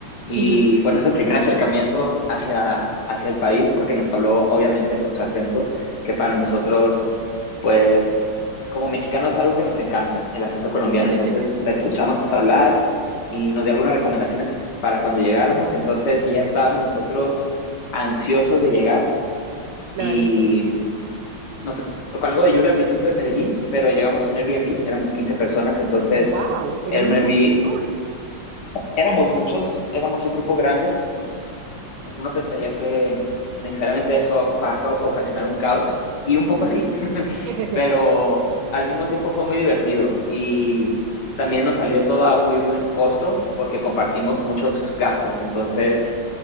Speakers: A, on the left (about 55°); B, on the right (about 80°).
A: y
B: Ujú.
A: fue nuestro primer acercamiento hacia, hacia el país porque nos habló obviamente con su acento, que para nosotros, pues como mexicanos es algo que nos encanta, el acento colombiano.
B: <laughs>
A: Entonces la escuchamos hablar y nos dio algunas recomendaciones para cuando llegáramos. Entonces ya estábamos nosotros ansiosos de llegar.
B: Claro.
A: Y nos tocó algo de lluvia al principio en Medellín, pero llegamos a un Airbnb, éramos 15 personas, entonces
B: Wow, eran
A: era un
B: un
A: Airbnb,
B: montón.
A: éramos muchos, éramos un grupo grande, uno pensaría que necesariamente eso va a ca- ocasionar un caos, y un poco
B: Ujú.
A: sí, <laughs>
B: <laughs>
A: pero al mismo tiempo fue muy divertido y también nos salió todo a muy buen costo porque compartimos muchos gastos, entonces